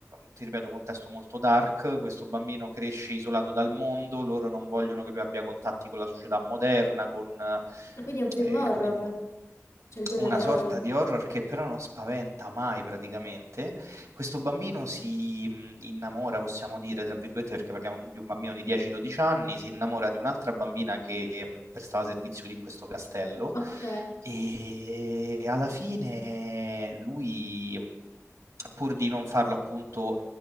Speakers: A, on the right (about 80°); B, on the left (about 75°).
A: ti ripeto, contesto molto dark. Questo bambino cresce isolato dal mondo, loro non vogliono che lui abbia contatti con la società moderna, con eh,
B: Quindi è un film
A: eh,
B: horror,
A: con il mo-
B: c'è il genere
A: una sorta
B: horror.
A: di horror che però non spaventa mai praticamente. Questo bambino si mh, innamora, possiamo dire, tra virgolette, perché parliamo di un bambino di 10-12 anni, si innamora di un'altra bambina che mh, prestava servizio lì in questo castello
B: Ok.
A: e alla fine lui, mh, pur di non farlo appunto